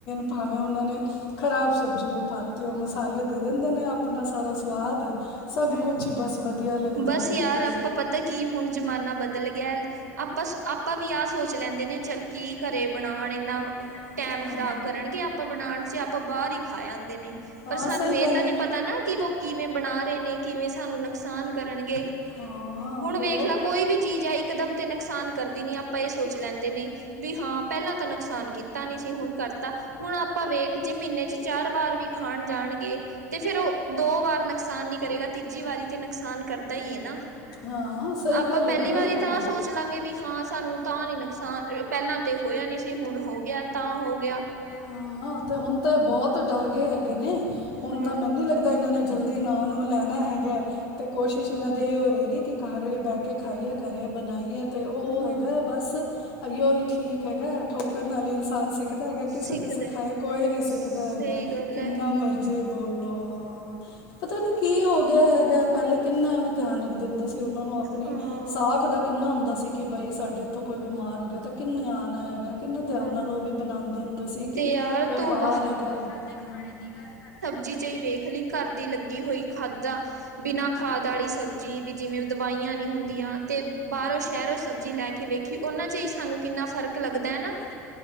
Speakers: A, on the left; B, on the right.
A: ਭਾਵੇਂ ਉਹਨਾਂ ਨੇ ਖ਼ਰਾਬ ਸਬਜ਼ੀ ਵੀ ਪਾਤੀ ਉਹ ਮਸਾਲੇ ਦੇ ਦਿੰਦੇ ਨੇ ਆਪਣਾ ਸਾਰਾ ਸਵਾਦ ਸਭ
B: ਹਮ
A: ਕੁਛ ਹੀ ਬਸ ਵਧੀਆ ਲੱਗਦਾ
B: ਬਸ
A: ਹੈਗਾ
B: ਯਾਰ
A: ਤੇ
B: ਆਪਾਂ ਪਤਾ ਕੀ ਹੁਣ ਜ਼ਮਾਨਾ ਬਦਲ ਗਿਆ ਆਪਾਂ ਆਪਾਂ ਵੀ ਆਹ ਸੋਚ ਲੈਂਦੇ ਨੇ ਚੱਲ ਕੀ ਘਰੇ ਬਣਾਉਣ ਇਹਨਾ
A: ਹਾਂ।
B: ਟੈਮ ਖਰਾਬ ਕਰਨਗੇ ਆਪਾਂ ਬਣਾਉਣ ਚ ਆਪਾਂ ਬਾਹਰ ਹੀ ਖਾ ਆਂਦੇ ਨੇ
A: ਹਾਂ
B: ਪਰ ਸਾਨੂੰ
A: ਸਹੀ
B: ਇਹ
A: ਗੱਲ
B: ਤਾਂ
A: ਏ।
B: ਨੀ ਪਤਾ ਨਾ ਕਿ ਕਿਵੇਂ ਬਣਾ ਰਹੇ ਨੇ ਕਿਵੇਂ ਸਾਨੂੰ ਨੁਕਸਾਨ ਕਰਨਗੇ
A: ਹਾਂ
B: ਹੁਣ
A: ਹੋਰ।
B: ਵੇਖ ਲ ਕੋਈ ਵੀ ਚੀਜ਼ ਹੈ ਇੱਕਦਮ ਤੇ ਨੁਕਸਾਨ ਕਰਦੀ ਨੀ ਆਪਾਂ ਇਹ ਸੋਚ ਲੈਂਦੇ ਨੇ ਵੀ ਹਾਂ ਪਹਿਲਾਂ ਤਾਂ ਨੁਕਸਾਨ ਕੀਤਾ ਨੀ ਸੀ ਹੁਣ ਕਰਤਾ ਹੁਣ ਆਪਾਂ ਵੇਖ ਜੇ ਮਹੀਨੇ ਚ ਚਾਰ ਵਾਰ ਵੀ ਖਾਣ ਜਾਣਗੇ ਤੇ ਫੇਰ ਉਹ ਦੋ ਵਾਰ ਨੁਕਸਾਨ ਨੀ ਕਰੇਗਾ ਤੀਜੀ ਵਾਰੀ ਤੇ ਨੁਕਸਾਨ ਕਰਦਾ ਹੀ ਏ ਨਾ
A: ਹਾਂ ਸਹੀ
B: ਆਪਾਂ
A: ਗੱਲ ਹੈਗੀ
B: ਪਹਿਲੀ
A: ਏ
B: ਵਾਰੀ ਤਾਂ ਆ ਸੋਚ ਸੋਚ ਲਾਂਗੇ ਵੀ ਹਾਂ ਸਾਨੂੰ ਤਾਂ ਨੀ ਨੁਕਸਾਨ ਪਹਿਲਾਂ ਤੇ ਹੋਇਆ ਨੀ ਸੀ ਹੁਣ ਹੋ ਗਿਆ ਤਾਂ ਹੋ ਗਿਆ
A: ਹਾਂ ਤੇ ਹੁਣ ਤਾਂ ਬਹੁਤ ਡਰ ਗਏ ਹੈਗੇ ਨੇ ਹੁਣ
B: ਹਾਂ
A: ਤਾਂ ਮੈਨੂੰ ਨੀ ਲੱਗਦਾ ਇਹਨਾਂ ਨੇ ਜਲਦੀ ਨਾਂ ਨੂੰ ਲੈਣਾ ਹੈਗਾ ਤੇ ਕੋਸ਼ਿਸ਼ ਇਹਨਾਂ ਦੇ ਇਹੀਓ ਰਹੇਗੀ ਕਿ ਘਰ ਬਹਿਕੇ ਖਾਈਏ ਘਰੇ ਬਣਾਈਏ ਤੇ ਉਹ
B: ਹੂੰ
A: ਹੈਗਾ ਬਸ ਆਈਓ ਹੀ ਠੀਕ ਹੈਗਾ ਠੋਕਰ ਨਾਲ ਹੀ ਇਨਸਾਨ ਸਿੱਖਦਾ ਹੈਗਾ
B: ਸਿੱਖਦੇ
A: ਕਿਸੇ ਦੇ ਸਿਖਾਏ ਕੋਈ ਨੀ ਸਿੱਖਦਾ
B: ਸਹੀ
A: ਹੈਗਾ
B: ਗੱਲ
A: ਕਿੰਨਾ
B: ਹੈ
A: ਮਰਜ਼ੀ ਬੋਲੋ ਹਾਂ ਪਤਾ ਨੀ ਕੀ ਹੋ ਗਿਆ ਹੈਗਾ ਪਹਿਲੇ ਕਿੰਨਾ ਧਿਆਨ ਰੱਖਦੇ ਹੁੰਦੇ ਸੀ ਉਹਨਾਂ ਨੂੰ ਆਪਣੀ
B: ਹਾਂ
A: ਸਾਖ ਦਾ ਹੂੰਦਾ ਸੀ ਕਿ ਬਾਈ ਸਾਡੇ ਉੱਥੋਂ ਕੋਈ ਬਿਮਾਰ ਹੋ ਗਿਆ ਤਾਂ ਕਿੰਨੇ ਆਣਾ ਹੈਗਾ ਕਿੰਨਾ ਧਿਆਨ
B: ਹਾਂ
A: ਨਾਲ ਉਹ ਵੀ ਬਣਾਉਂਦੇ ਹੁੰਦੇ ਸੀ ਕਿ
B: ਤੇ ਯਾਰ
A: ਵਪਾਰ
B: ਤੂੰ
A: ਹੈਗਾ ਘਰ ਦੇ ਖਾਨੇ ਦੀ ਗੱਲ ਕਰ
B: ਜੀ ਚਹੀ ਵੇਖ ਲਈ ਘਰ ਦੀ ਲੱਗੀ ਹੋਈ ਖਾਦਾਂ ਬਿਨਾਂ ਖਾਦ ਵਾਲੀ ਸਬਜ਼ੀ ਵੀ ਜਿਵੇਂ ਦਵਾਈਆਂ ਨੀ ਹੁੰਦੀਆਂ ਤੇ ਬਾਹਰੋਂ ਸ਼ਹਿਰੋਂ ਸਬਜ਼ੀ ਲੈ ਕੇ ਵੇਖ ਦੇਖੀ ਉਹਨਾਂ ਚ ਹੀ ਸਾਨੂੰ ਕਿੰਨਾ ਫ਼ਰਕ ਲੱਗਦਾ ਹੈ ਨਾ
A: ਹਾਂ